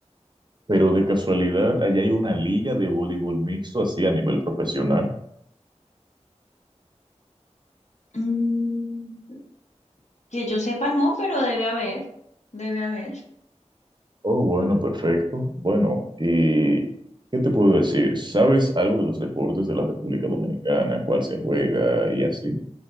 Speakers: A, on the right; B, on the left.
A: Pero de casualidad, allá hay una liga de voleibol mixto así a nivel profesional.
B: Mm, que yo sepa, no, pero debe haber, debe haber.
A: Oh, bueno, perfecto. Bueno, ¿y qué te puedo decir? ¿Sabes algo de los deportes de la República Dominicana, cuál se juega y así?